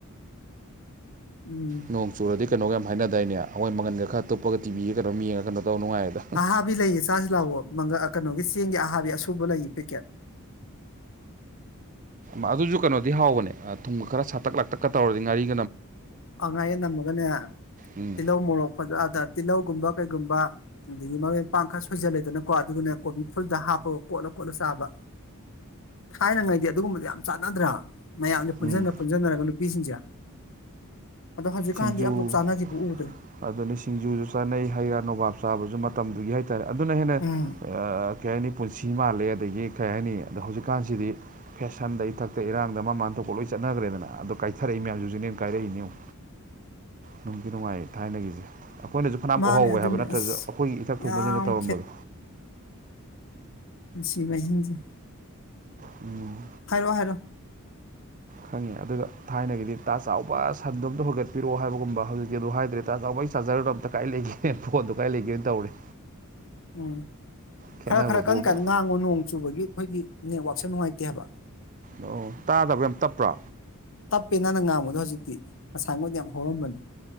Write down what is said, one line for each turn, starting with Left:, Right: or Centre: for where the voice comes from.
Left: ꯎꯝ
Right: ꯅꯣꯡ ꯆꯨꯔꯗꯤ ꯀꯩꯅꯣꯒ ꯌꯥꯝ ꯍꯥꯏꯅꯏꯅꯦ ꯑꯩꯈꯣꯏ ꯃꯪꯒꯟꯒ ꯈꯔ ꯇꯞꯄꯒ ꯇꯤꯕꯤꯒ ꯀꯩꯅꯣꯝ ꯌꯦꯉꯒ ꯇꯧꯔ ꯀꯩꯅꯣ ꯅꯨꯡꯉꯥꯏꯌꯦꯗ
Left: ꯍꯥ ꯍꯥ ꯑꯕꯤ ꯂꯩꯌꯦ ꯆꯁꯤ ꯂꯥꯛꯑꯣ ꯃꯪꯒ ꯀꯩꯅꯣꯒꯤ ꯆꯦꯡꯒꯤ ꯑꯍꯥꯗꯤ ꯑꯁꯨꯕ ꯂꯩ ꯄꯦꯛꯀꯦꯠ
Right: ꯑꯗꯨꯁꯨ ꯀꯩꯅꯣꯗꯤ ꯍꯥꯎꯕꯅꯦ ꯊꯨꯝ ꯈꯔ ꯁꯥꯇꯛ ꯂꯥꯛꯇꯛꯀ ꯇꯧꯔꯗꯤ ꯉꯥꯔꯤ
Left: ꯑꯉꯥꯏꯌꯦ ꯅꯝꯃꯒꯅꯦ
Right: ꯎꯝ
Left: ꯇꯤꯜꯍꯧ ꯃꯣꯔꯣꯛꯄꯖ ꯑꯗ ꯇꯤꯜꯍꯧꯒꯨꯝꯕ ꯀꯩꯒꯨꯝꯕ ꯑꯗꯒꯤ ꯃꯔꯣꯏ ꯃꯄꯥꯡ ꯈꯔ ꯁꯣꯏꯖꯜꯂꯦꯗꯅꯀꯣ ꯑꯗꯨꯒꯅ ꯀꯣꯕꯤ ꯐꯨꯜꯗ ꯍꯥꯞꯄꯒ ꯀꯣꯠꯂ ꯀꯣꯠꯂ ꯆꯥꯕ ꯊꯥꯏꯅꯉꯩꯗꯤ ꯑꯗꯨꯒꯨꯝꯕꯗ ꯌꯥꯝ ꯆꯥꯟꯅꯗ꯭ꯔꯥ ꯃꯌꯥꯝꯁꯦ ꯄꯨꯟꯁꯤꯟꯅ
Right: ꯎꯝ
Left: ꯄꯨꯟꯁꯤꯟꯅꯔꯒ ꯅꯨꯄꯤꯁꯤꯡꯁꯦ ꯑꯗꯣ ꯍꯧꯖꯤꯛꯀꯥꯟꯗꯤ
Right: ꯁꯤꯡꯖꯨ
Left: ꯑꯝꯕꯨꯛ ꯆꯥꯅꯈꯤꯕ ꯎꯗ꯭ꯔꯦ
Right: ꯑꯗꯨꯅꯤ ꯁꯤꯡꯖꯨꯁꯨ ꯆꯥꯅꯩ ꯍꯩ ꯔꯥ ꯅꯣꯕꯥꯞ ꯆꯥꯕꯁꯨ ꯃꯇꯝꯗꯨꯒꯤ ꯍ ꯦ ꯑꯗꯨꯅ ꯍꯦꯟꯅ
Left: ꯎꯝ
Right: ꯑ ꯀꯩ ꯍꯥꯏꯅꯤ ꯄꯨꯟꯁꯤ ꯃꯥꯜꯂꯦ ꯑꯗꯒꯤ ꯀꯩ ꯍꯥꯏꯅꯤ ꯑꯗꯣ ꯍꯧꯖꯤꯛꯀꯥꯟꯁꯤꯗꯤ ꯐꯦꯁꯟꯗ ꯏꯊꯛꯇ ꯏꯔꯥꯡꯗ ꯃ ꯃꯥꯟ ꯊꯣꯛꯄ ꯂꯣꯏ ꯆꯠꯅꯈ꯭ꯔꯦꯗꯅ ꯑꯗꯣ ꯀꯥꯏꯊꯔꯛꯏ ꯃꯌꯥꯝꯁꯤꯁꯨꯅꯦꯅ ꯀꯥꯏꯔꯛꯏꯅꯦꯨꯛ ꯅꯨꯡꯒꯤ ꯅꯨꯡꯉꯥꯏ ꯊꯥꯏꯅꯒꯤꯁꯦ ꯑꯩꯈꯣꯏꯅꯁꯨ ꯐꯅꯌꯥꯝꯝ
Left: ꯃꯥꯅꯦ
Right: ꯎꯍꯧꯋꯦ
Left: ꯑꯗꯨꯅꯦ
Right: ꯍꯥꯏꯕ ꯅꯠꯇ꯭ꯔꯁꯨ
Left: ꯑꯁ
Right: ꯑꯩꯈꯣꯏꯒꯤ ꯏꯊꯛ
Left: ꯌꯥꯝ
Right: ꯊꯣꯡꯕꯁꯤꯡꯅ ꯇꯧꯔꯝꯕꯗꯣ
Left: ꯁꯤꯕꯏꯁ
Right: ꯎꯝ
Left: ꯍꯥꯏꯔꯑꯣ ꯍꯥꯏꯔꯣꯑꯣ
Right: ꯈꯪꯉꯦ ꯑꯗꯨꯒ ꯊꯥꯏꯅꯒꯤꯗꯤ ꯇꯥ ꯆꯥꯎꯕ ꯁꯟꯗꯣ ꯑꯝꯇ ꯍꯒꯠꯄꯤꯔꯛꯑꯣ ꯍꯥꯏꯕꯒꯨꯝꯕ ꯍꯧꯖꯤꯛꯇꯤ ꯑꯗꯨꯗꯣ ꯍꯥꯏꯗ꯭ꯔꯦ ꯇꯥ ꯆꯥꯎꯕ ꯑꯩ ꯆꯥꯔꯖꯔꯗꯣ ꯑꯝꯇ ꯀꯥꯏ ꯂꯩꯒꯦ ꯐꯣꯟꯗꯣ ꯀꯥꯏ ꯂꯩꯒꯦꯅ ꯇꯧꯔꯦ
Left: ꯎꯝ
Right: ꯈꯦꯠꯅꯕ
Left: ꯈꯔ ꯈꯔ
Right: ꯐꯥꯎꯕ
Left: ꯀꯟ ꯀꯥꯟꯅ ꯉꯥꯡꯉꯨ ꯅꯣꯡ ꯆꯨꯕꯒꯤ ꯑꯩꯈꯣꯏꯒꯤ ꯅꯦꯠꯋꯥꯛꯁꯨ ꯅꯨꯡꯉꯥꯏꯇꯦꯕ
Right: ꯑꯣ ꯇꯥꯗꯕ ꯌꯥꯝ ꯇꯞꯄ꯭ꯔꯥ
Left: ꯄꯦꯅꯥꯟꯅ ꯉꯥꯡꯕꯗꯣ ꯍꯧꯖꯤꯛꯇꯤ ꯑꯁꯥꯉꯣꯟꯗ ꯌꯥꯝ ꯍꯧꯔꯝꯕꯅꯤ